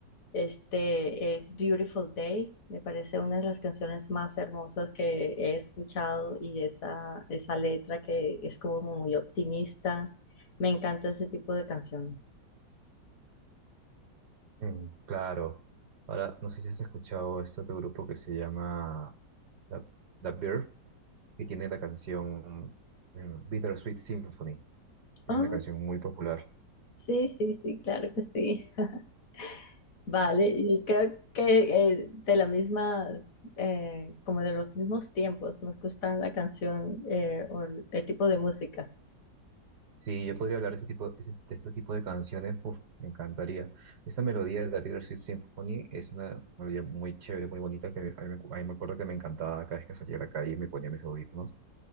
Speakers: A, on the left; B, on the right.
A: Este es Beautiful Day, me parece una de las canciones más hermosas que he escuchado y esa, esa letra que es como muy optimista. Me encanta ese tipo de canciones.
B: mm, claro. Ahora, no sé si has escuchado este otro grupo que se llama The, The Birth, que tiene la canción eh, Bittersweet Symphony. Es
A: Ah,
B: una canción muy popular.
A: sí, sí, sí, claro que sí. <laughs> Vale, y creo que eh, de la misma, eh, como de los mismos tiempos, nos gusta la canción eh, o el el tipo de música.
B: Sí, yo podría hablar de, este tipo, ese- de este tipo de canciones, uf, me encantaría. Esta melodía de David Sweet Symphony es una melodía muy chévere, muy bonita, que a mí, me a mí me acuerdo que me encantaba cada vez que salía a la calle, me ponía mis audífonos